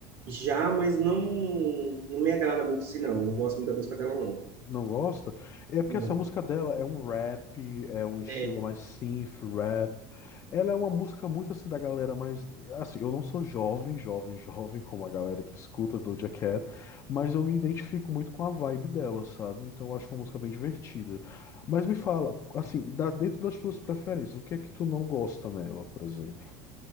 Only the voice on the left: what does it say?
Não gosta? É porque
essa música dela é um rap, é um estilo
mais synth rap. Ela é uma música muito assim da galera mais. Assim, eu não sou jovem, jovem, <laughs> jovem, como a galera que escuta Doja Cat, mas eu me identifico muito com a vibe dela, sabe? Então eu acho uma música bem divertida. Mas me fala, assim, dá dentro das tuas preferências, o que é que tu não gosta nela, por exemplo?